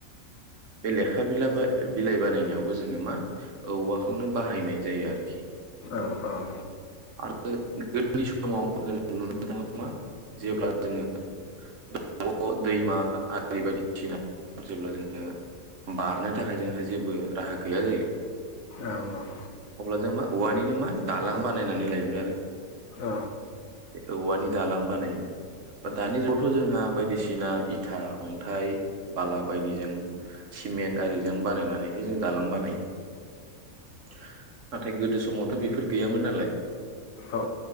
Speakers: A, on the right (about 60°); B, on the left (about 70°).
A: बे लेखा बिलाइ बिलाइ बानायनायावबो जोङो मा औवाखौनो बाहायनाय जायो आरोखि
B: औ औ
A: आरो गोरलै समाव जों नुनो थाङो मा जेब्ला जोङो द दैमा आरि बायदिसिना जेब्ला जोङो बारनो थाखाय जोंहा जेबो राहा गैया जायो
B: औ औ
A: अब्ला जों मा औवानिनो मा दालां बानायनानै लायोमोन आरो।
B: ओ
A: औवानि दालां बानायोमोन दानि जुगावथ जोंहा बायदिसिना इथा, अन्थाइ, बाला बायदिजों सिमेन्ट आरिजों बानायनानैहाय जों दालां बानायो। नाथाय गोदो समाव थ बेफोर गैयामोन नालाय।
B: औ